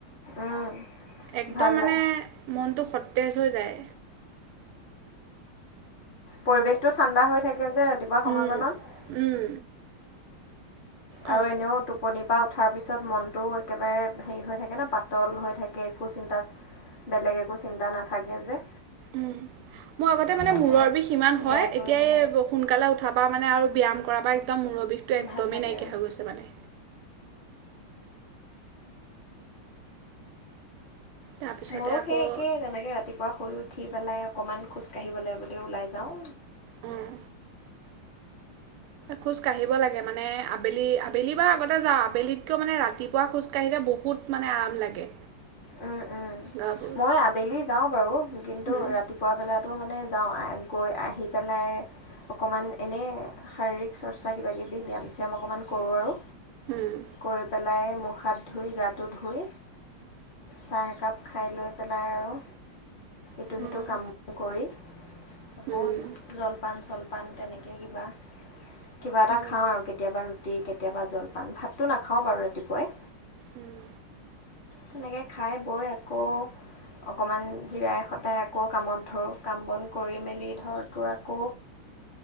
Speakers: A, on the left; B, on the right.
A: উম
B: একদম
A: ভাল
B: মানে
A: লাগে
B: মনটো ফুৰ তেজ হৈ যায়
A: পৰিৱেশতটো ঠাণ্ডা হৈ থাকে সেই যে ৰাতিপুৱা সময়কনত
B: উম, উম, অ,
A: আৰু এনেও টোপনি পৰা ঠাৰ পিছত মনটোও একেবাৰে হেৰি হৈ থাকে ন পাতল হৈ থাকে কু চিন্তাচ বেলেগে একো চিন্তা নাথাকে যে
B: উম মোৰ আগতে
A: সেইকণ
B: মানে মূৰৰ
A: সময়ত
B: বিষ সিমান
A: ওলাই
B: হয়
A: গৈ
B: এতিয়াই
A: মানে
B: সোনকালে উঠ পা মানে আৰু ব্যায়াম কৰা বা একাৰ মূৰৰ বিষটো একদমেই
A: ভাল লাগে
B: নাইকিয়া
A: আৰু
B: হৈ গৈছে মানে তাৰপিছতে
A: মইো
B: আকৌ
A: সেই একেই তেনেকে ৰাতিপুৱা শুই উঠি পেলাই অকণমান খোজকাাঢ়িবলৈ বুলি ওলাই যাওঁ।
B: উম খোজ কাঢ়িব লাগে মানে আবেলি আবেলি বাৰু আগতে যাওঁ আবেলিতকৈ মানে ৰাতিপুৱা খোজকাঢ়িলে বহুত মানে আৰাম লাগে।
A: উম, উম।
B: গাবোৰ
A: মই আবেলি যাওঁ বাৰু কিন্তু
B: উম,
A: ৰাতিপুৱা বেলাতো মানে। যাওঁ গৈ আহি পেলাই অকণমান এনেই শাৰীৰিক চৰ্চা কিবাকিবি ব্যায়াম চ্যাম অকণমান কৰোঁ আৰু
B: উম,
A: কৰি পেলাই মুখ হাত ধুই গাটো ধুই চাহ একাপ খাই লৈ পেলাই আৰু ইটো সিটো
B: অ',
A: কাম কৰি আকৌ
B: উম,
A: জলপান চলপান, পাণ তেনেকৈ কিবা। কিবা এটা
B: অ',
A: খাওঁ আৰু কেতিয়াবা। ৰাতি কেতিয়াবা জলপান ভাতটো নাখাওঁ বাৰু ৰাতিপুৱাই
B: উম
A: তেনেকৈ খাই বৈ আকৌ অকণমান জিৰাই সটাই আকৌ কামত ধৰোঁ কাম বন কৰি মেলি ধৰ তোৰ আকৌ